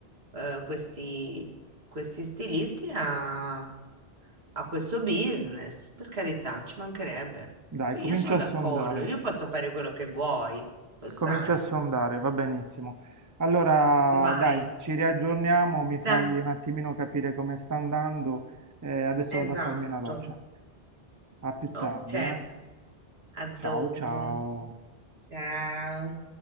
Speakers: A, on the right; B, on the right.
A: eh, questi, questi stilisti a a questo business, per carità, ci mancherebbe.
B: Dai,
A: Poi
B: comincia
A: Io sono
B: a
A: d'accordo,
B: sondare.
A: io posso fare quello che vuoi, lo sai.
B: Comincio a sondare, va benissimo. Allora,
A: Vai,
B: dai, ci riaggiorniamo, mi fai
A: dai,
B: un attimino capire come sta andando e adesso
A: esatto.
B: vado a farmi una doccia. A più
A: Ok,
B: tardi, eh?
A: a
B: Ciao
A: dopo.
B: ciao.
A: Ciao.